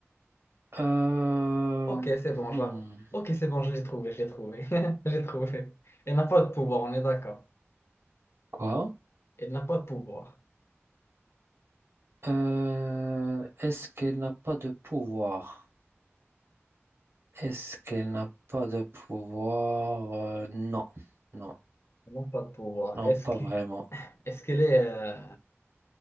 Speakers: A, on the right (about 60°); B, on the left (about 60°).
A: Euh,
B: Ok, c'est bon,
A: hmm,
B: je la- Ok, c'est bon, je l'ai trouvé, je l'ai trouvé. <laughs> Je l'ai trouvé. Elle n'a pas de pouvoir, on est d'accord.
A: quoi?
B: Elle n'a pas de pouvoir.
A: Euh, est-ce qu'elle n'a pas de pouvoir? Est-ce qu'elle n'a pas de pouvoir? Euh, non, non,
B: Elle n'a pas de pouvoir.
A: non,
B: Est-ce
A: pas
B: que...
A: vraiment.
B: Est-ce qu'elle est... euh,